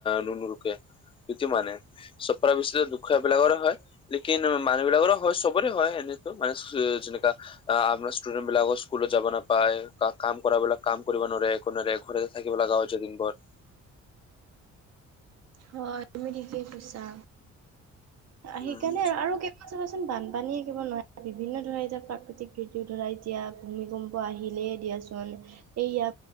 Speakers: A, on the left; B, on the right.
A: নুনৰুকে প্ৰতি মানে চফৰা বিচি দুখীয়া বিলাকৰে হয়। লেকিন মানুহ বিলাকৰো হয়, চবৰে হয় এনেতো মানে যেনেকা- আহ আপোনাৰ ষ্টুডেন্ট বিলাকৰ স্কুলত যাব নাপায় কাম কৰাবলাক কাম কৰিব নোৱখ কোনো ঘৰেতে থাকিব লগাও হৈছে দিন বৰ-
B: হয় তুমি ঠিকেই কৈছা, আঁ সেইকাৰণে
A: উম,
B: আৰু- চাবাচোন বানপানীয়ে কিবা নোৱাৰে বিভিন্ন ধৰণৰ এতিয়া প্ৰাকৃতিক দুৰ্যোগ ধৰা এতিয়া- ভূমিকম্প আহিলেই দিয়াচোন- এইয়া